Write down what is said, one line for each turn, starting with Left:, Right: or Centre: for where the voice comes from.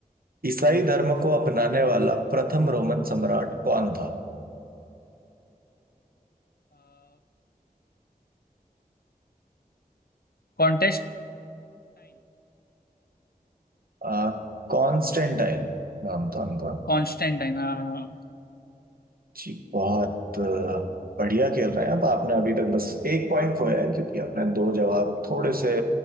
Right: ईसाई धर्म को अपनाने वाला प्रथम रोमन सम्राट कौन था
Left: कॉन्टेस्टाइन
Right: आ, कॉन्स्टेंटाइन नाम था उनका
Left: कॉन्स्टेंटाइन हाँ
Right: जी बहुत आ, बढ़िया खेल रहे हैं आप आपने अभी तक बस एक पॉइंट खोया है क्योंकि आपने दो जवाब थोड़े से